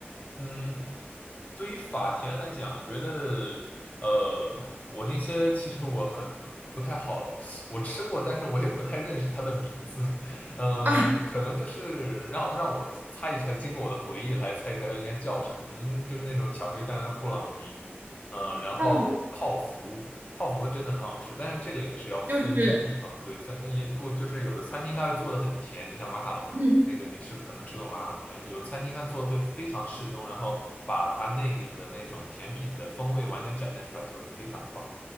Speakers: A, on the left; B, on the right.
A: 嗯，对于法甜来讲，我觉得，呃，我那些其实我很不太好，我吃过，但是我也不太认识它的名字。<laughs> 呃，
B: 啊，
A: 可能就是让让我猜一猜，经过我的回忆来猜一猜它应该叫什么，应就是那种巧克力蛋糕布朗尼，呃，然后泡芙。
B: 让我
A: 泡芙真的很好吃，但是这个也是要分地方，
B: 就是，
A: 对，分也不就是有的餐厅它会做的很甜，就像马卡龙一样。
B: 嗯，
A: 那个你吃可能吃过马卡龙一样，有餐厅它做的会非常适中，然后把它那里的那种甜品的风味完全展现出来，就会非常的棒